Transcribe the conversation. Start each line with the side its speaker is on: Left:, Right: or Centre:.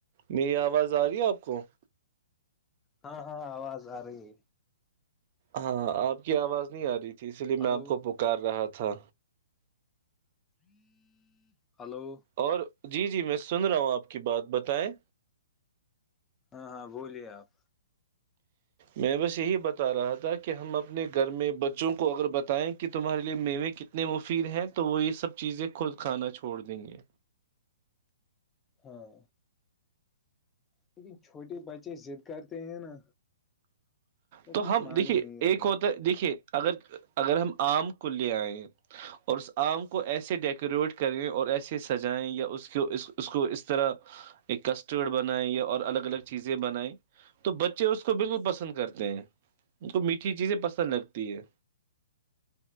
Right: میری آواز آ رہی ہے آپ رک
Left: ہاں ہاں آواز آ رہی ہے
Right: ہاں آپ کی آواز نہیں آ رہی اس لیے
Left: ہلو
Right: میں آپ کو پکار رہا تھا
Left: <inaudible> ہلو
Right: اور جی جی میں سن رہا ہوں آپ کی بات بتائیں
Left: ہاں ہاں بولیے آپ
Right: میں بس یہی بتا رہا تھا کہ ہم اپنے گھر میں بچوں کو اگر بتائیں کہ تمہارے لے میوے کتنے مفید ہیں تو وہ یہ سب چیزیں خود کھانا چھوڑ دیں گے
Left: ہاں لیکن چھوٹے بچے ضد کرتے ہیں نا وہ
Right: تو
Left: کچھ
Right: ہم
Left: مان
Right: دیکھیے
Left: ہی نہیں رہے
Right: ایک ہوتا دیکھیے اگر اگر ہم آم کو لے آئیں اور اس آم کو ایسے ڈیکوریٹ کریں اور ایسے سجائیں یا اس کو اس اس کو اس طرح ایک کسٹرڈ بنائیں یا اور الگ الگ چیزیں بنائیں تو بچے اس کو بالکل پسند کرتے ہیں ان کو میٹھی چیزیں پسند لگتی ہے